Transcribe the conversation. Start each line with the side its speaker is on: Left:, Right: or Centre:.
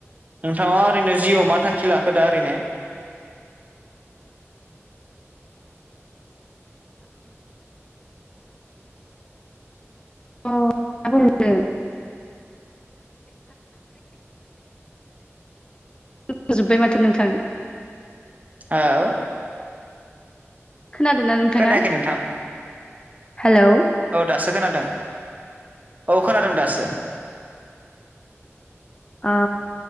Right: नोंथां ओरैनो जिआव मा थांखि लाखो ओरैनो?
Left: अ <unintelligible> <unintelligible> जोबबाय माथो नोंथां।
Right: औ
Left: खोनादो ना नोंथाङा?
Right: खोनायाखै नोंथां
Left: हेलौ
Right: औ दासो खोनादों औ खोनादों दासो।
Left: औ